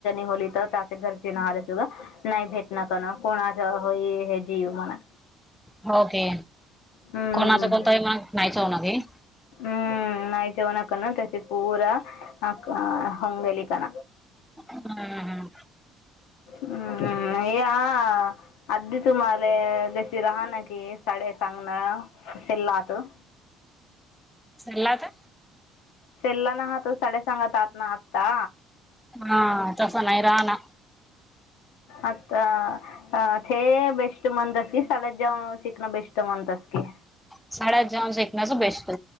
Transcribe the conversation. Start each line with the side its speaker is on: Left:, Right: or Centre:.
Left: होली तर त्याच्या घरची नार सुा नाही भे भ नका ना कोणाच हो हे जीव म्हणा
Centre: होके
Left: हम्म
Centre: कोणाचा कोणतही मग नाहीच हो ना की
Left: हम्म नाही जेवणा करण तेशी पूरा अ होंगलिकण
Centre: हम्म हम्म
Left: हम्म हे आ ह अधदी तुम्हाला जशी राहा ना की साड सांगणे लाहत हम्
Centre: सला तर
Left: शेल्ला ना हहातो साड्या सांगत आत ना आत्ता
Centre: हा तस नाही राह ना
Left: आता अ तेे बेस्ट मंद अस सळजजवण शिकन बेस्ट ष्ट म्हण तस क
Centre: साड जाऊ सेकनाच बेस्ट